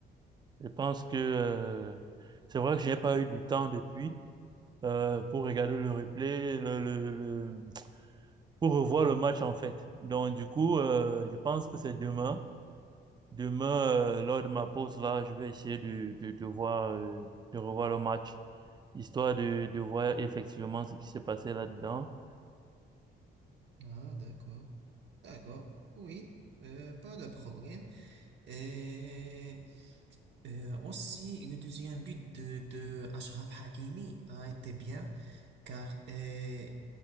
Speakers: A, on the right; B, on the right.
A: Je pense que euh, c'est vrai que j'ai pas eu du temps depuis euh, pour regarder le replay, le, le- le- pour revoir le match en fait. Donc, du coup, euh, je pense que c'est demain. Demain, euh, lors de ma pause là, je vais essayer de, de, de voir, euh, de revoir le match, histoire de, de voir effectivement ce qui s'est passé là-dedans.
B: Ah, d'accord. D'accord. Oui, euh, pas de problème. Et Euh, aussi, le deuxième but de, de Achraf Hakimi a été bien car euh,